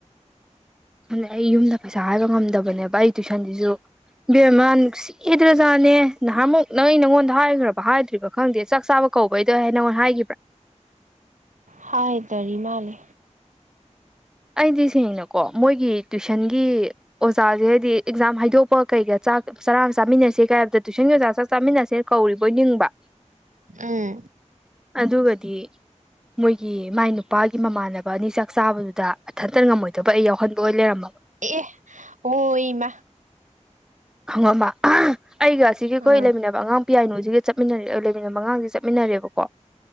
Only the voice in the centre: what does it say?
ꯑꯅ ꯑꯩ ꯌꯨꯝꯗ ꯄꯩꯁꯥ ꯍꯥꯏꯕ ꯉꯝꯗꯕꯅꯦꯕ ꯑꯩ ꯇꯨꯏꯁꯟꯁꯤꯁꯨ ꯕꯦꯝ ꯅꯨꯡꯁꯤ ꯏꯗ꯭ꯔꯖꯥꯅꯦ ꯅꯍꯥꯟꯨꯃꯨꯛ ꯅꯩ ꯅꯪꯉꯣꯟꯗ ꯍꯥꯏꯈ꯭ꯔꯕ ꯍꯥꯏꯗ꯭ꯔꯤꯕꯥ ꯈꯪꯗꯦ ꯆꯥꯛ ꯆꯥꯕ ꯀꯧꯕꯩꯗꯣ ꯑꯩ ꯅꯉꯣꯟ ꯍꯥꯏꯈꯤꯕ꯭ꯔꯥ
ꯑꯩꯗꯤ ꯁꯦꯡꯅꯀꯣ ꯃꯣꯏꯒꯤ ꯇꯨꯏꯁꯟꯒꯤ ꯑꯣꯖꯥꯁꯦ ꯍꯥꯏꯗꯤ ꯑꯦꯛꯖꯥꯝ ꯍꯥꯏꯗꯣꯛꯄ ꯀꯩꯀ ꯆꯥꯛ ꯆꯔꯥ ꯆꯥꯃꯤꯟꯅꯁꯦ ꯀꯥꯏ ꯍꯥꯏꯕꯗ ꯇꯨꯏꯁꯟꯒꯤ ꯑꯣꯖꯥ ꯆꯛ ꯆꯥꯃꯤꯟꯅꯁꯦ ꯀꯧꯔꯤꯕꯣꯏ ꯅꯤꯡꯕ
ꯑꯗꯨꯒꯗꯤ ꯃꯣꯏꯒꯤ ꯃꯥꯏ ꯅꯨꯄꯥꯒꯤ ꯃꯃꯥꯟꯅꯕ ꯑꯅꯤ ꯆꯥꯛ ꯆꯥꯕꯗꯨꯗ ꯃꯊꯟꯇ ꯉꯝꯃꯣꯏꯗꯕ ꯑꯩ ꯌꯥꯎꯍꯟꯕ ꯑꯣꯏꯅ ꯂꯩꯔꯝꯕ
ꯈꯪꯉꯝꯕ ꯑꯩꯒ ꯑꯁꯤꯒꯤ ꯑꯩꯈꯣꯏ
ꯂꯩꯃꯤꯟꯅꯕ ꯑꯉꯥꯡ ꯄꯤꯌꯥꯥꯏꯅꯨꯁꯤꯒ ꯆꯠꯃꯤꯟꯅꯔꯦ ꯂꯩꯃꯤꯟꯅꯕ ꯃꯉꯥꯡꯁꯦ ꯆꯠꯃꯤꯟꯅꯔꯦꯕꯀꯣ